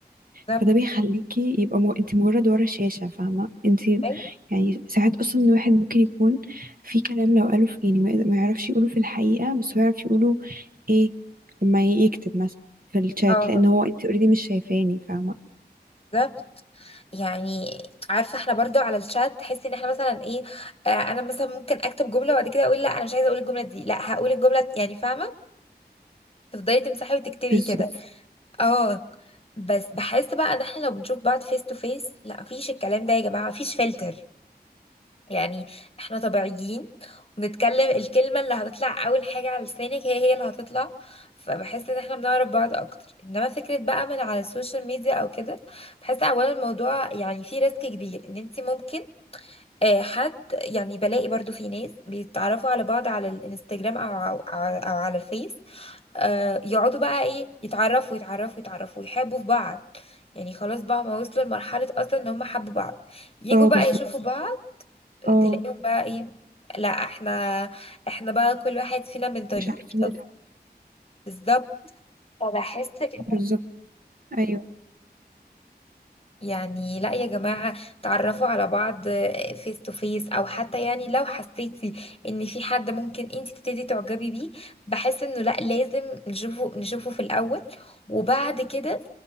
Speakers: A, on the left (about 35°); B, on the right (about 55°).
A: بالظبط
B: فده بيخليكي يبقى مو... انت مجرد ورا شاشة فاهمة انت
A: أيوة،
B: يعني ساعات اصلا الواحد ممكن يكون في كلام لو قاله في يعني ما ما يعرفش يقوله في الحقيقة بس هو يعرف يقوله ايه لما يكتب مثلا في الشات
A: اه
B: لان هو انت اوريدي مش شايفاني فاهمة
A: بالظبط يعني عارفه احنا برضو على الشات تحسي ان احنا مثلا ايه آه، انا مثلا ممكن اكتب جمله وبعد كده اقول لا انا مش عايزه اقول الجمله دي لا هقول الجمله يعني فاهمه تفضلي تمسحي وتكتبي
B: بالظبط
A: كده اه بس بحس بقى ان احنا لو بنشوف بعض فيس تو فيس لا مفيش الكلام ده يا جماعه مفيش فلتر يعني احنا طبيعيين ونتكلم الكلمه اللي هتطلع اول حاجه على لسانك هي هي اللي هتطلع فبحس ان احنا بنعرف بعض اكتر انما فكره بقى من على السوشيال ميديا او كده بحس اولا الموضوع يعني فيه ريسك كبير ان انت ممكن آه، حد يعني بلاقي برضو في ناس بيتعرفوا على بعض على الانستجرام او او أو على الفيس آه، يقعدوا بقى ايه يتعرفوا يتعرفوا يتعرفوا يحبوا في بعض يعني خلاص بقى ما وصلوا لمرحلة اصلا ان هم حبوا بعض يجوا
B: اه
A: بقى
B: بالظبط
A: يشوفوا بعض
B: اه
A: تلاقيهم بقى ايه لا احنا احنا بقى كل واحد فينا من طريق
B: مش عارفين
A: طب
B: يدعموا
A: بالظبط فبحس كده
B: بالظبط ايوه
A: يعني لا يا جماعة تعرفوا على بعض فيس تو فيس او حتى يعني لو حسيتي ان في حد ممكن انت تبتدي تعجبي بيه بحس انه لا لازم نشوفه نشوفه في الاول وبعد كده